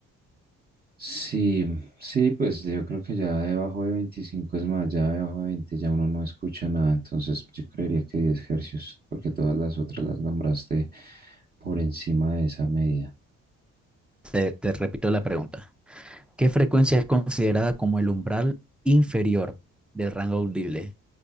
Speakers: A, on the right; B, in the centre.
A: Sí, sí, pues yo creo que ya debajo de 25 es más, ya debajo de 20 ya uno no escucha nada, entonces yo creería que 10 hercios, porque todas las otras las nombraste por encima de esa medida.
B: Te, te repito la pregunta. ¿Qué frecuencia es considerada como el umbral inferior del rango audible